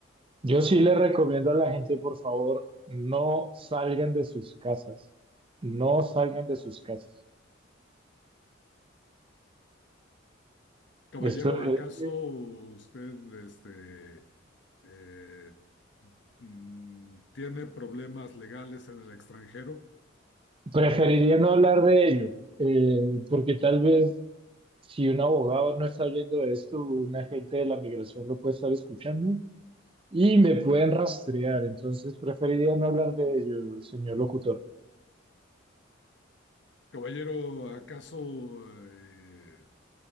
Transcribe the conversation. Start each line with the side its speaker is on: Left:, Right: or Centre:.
Right: Yo sí le recomiendo a la gente, por favor, no salgan de sus casas, no salgan de sus casas.
Left: Caballero,
Right: Esto,
Left: ¿acaso
Right: eh,
Left: usted este, eh, mm, tiene problemas legales en el extranjero?
Right: preferiría no hablar de ello, eh, porque tal vez si un abogado no está viendo esto, un agente de la migración lo puede estar escuchando y me pueden rastrear, entonces preferiría no hablar de ello, señor locutor.
Left: Caballero, ¿acaso eh,